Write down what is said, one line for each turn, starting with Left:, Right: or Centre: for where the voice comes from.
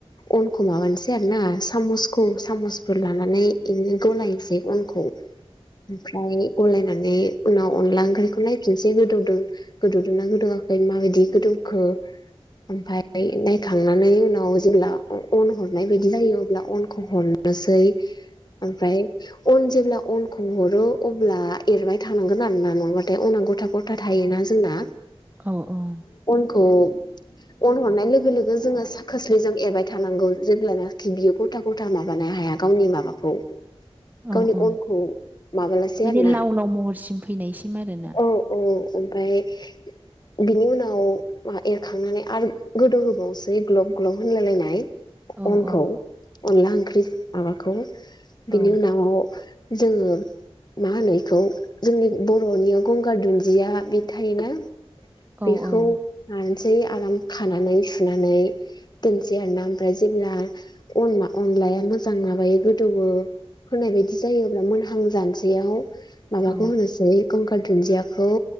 Left: अनखौ माबानोसै आरो ना सामसखौ सामसफोर लानानै। बिदिनो गलायसै अनखौ ओमफ्राय गलायना। नै उनाव अनला ओंख्रिखौ नायफिनसै गोदौदों गोदौदोंना गोदौवाखै माबायदि गोदौखो। <unintelligible> ओमफ्राय नायखांनानै उनाव जेब्ला अन हरनाय बायदि जायो अब्ला अनखौ हरो। सै ओमफ्राय अन जेब्ला अन। खौ हरो अब्ला एरबाय थानांगोन आरोना नङाबाथाय अना गथा गथा थायोना जोंना।
Right: अ औ।
Left: ख' <unintelligible> अन हरनाय लोगो लोगो जोङो खोस्लिजों एरबाय थानांगौ जेब्लानाखि बियो गथा गथा माबानो। हाया गावनि माबाखौ।
Right: औ
Left: गावनि
Right: औ
Left: अनखौ माबालासै
Right: माने
Left: आरोना
Right: लाव लाव महरसिम फैनायसिम आरोना
Left: औ औ ओमफ्राय बिनि उनाव एरखांनानै आरो गोदौ होबावनोसै ग्लब ग्लब होनलायलायनाय
Right: औ
Left: अनखौ
Right: औ
Left: अनला ओंख्रि माबाखौ बिनि
Right: औ
Left: उनाव जोङो। मा होनो बेखौ जोंनि बर'नि गंगार दुन्दिया बि थायोना
Right: औ
Left: बेखौ
Right: औ
Left: लानोसै आराम खानानै सुनानै दोनसै आरोना ओमफ्राय जेब्ला अना अनलाया मोजां माबायो गोदौवो होनाय बायदि जायोब्ला मोनहांजानोसैयाव माबाखौ
Right: औ
Left: होनोसै गंगार दुन्दियाखौ